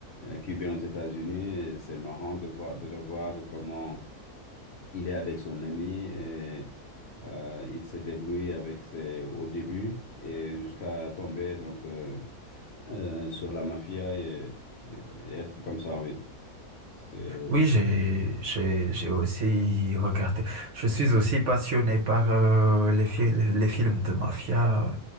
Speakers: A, on the left; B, on the right.
A: euh, cubain aux États-Unis, et c'est marrant de voir de le voir comment il est avec son ami et euh, il se débrouille avec ses au début et jusqu'à tomber donc. euh, euh, sur la mafia et, et être comme ça, oui. C'est
B: Oui, j'ai, j'ai, j'ai aussi regardé. Je suis aussi passionné par euh, les, fi- les films de mafia